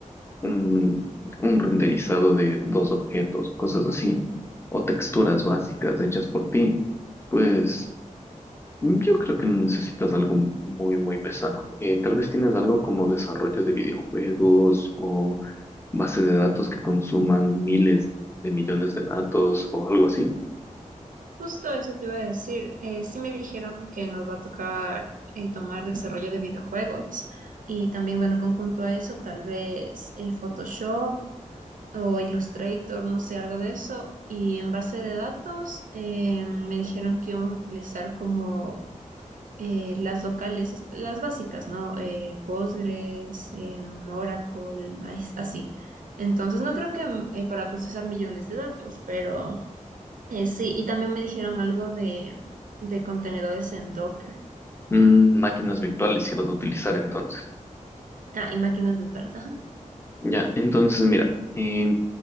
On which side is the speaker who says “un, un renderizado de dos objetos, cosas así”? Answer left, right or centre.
Left